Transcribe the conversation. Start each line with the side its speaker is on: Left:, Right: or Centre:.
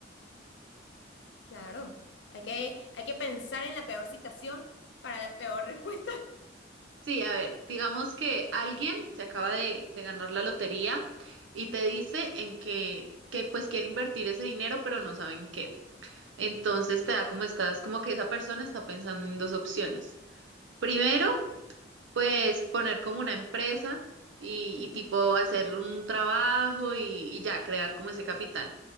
Left: Claro, hay que, hay que pensar en la peor situación para la peor <laughs> respuesta.
Right: Sí, a ver, digamos que alguien se acaba de, de ganar la lotería y
Left: Ujú,
Right: te dice en que, que pues quiere invertir ese dinero, pero no saben qué. Entonces te da como estás, como que esa persona está pensando en dos opciones. Primero, pues poner como una empresa y,
Left: ujú.
Right: y tipo hacer un trabajo y, y ya crear como ese capital.